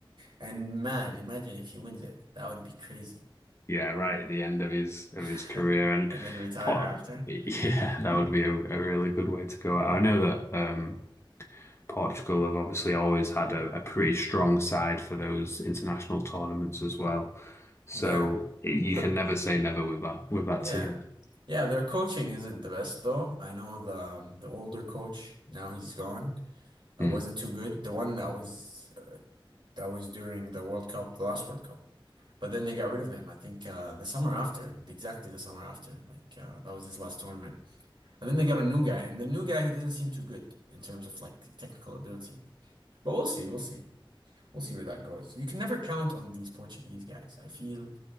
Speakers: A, on the right; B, on the left.
A: And man, imagine if he wins it. That would be crazy.
B: Yeah. Right at the end of his of
A: <laughs>
B: his career, and
A: And then retire
B: Por-
A: after.
B: yeah, <laughs> that would be a, a really good way to go. I know that um, Portugal have obviously always had a, a pretty strong side for those international tournaments as well. So
A: Yeah.
B: it, you
A: But
B: can never say never with that with that
A: yeah.
B: team.
A: Yeah, their coaching isn't the best though. I know the um, the older coach, now he's gone. It
B: Hmm.
A: wasn't too good. The one that was that was during the World Cup, the last World Cup. But then they got rid of him, I think uh, the summer after, exactly the summer after. Like uh, that was his last tournament. And then they got a new guy, and the new guy, he doesn't seem too good in terms of like technical ability. But we'll see, we'll see. We'll see where that goes. You can never count on these Portuguese guys. I feel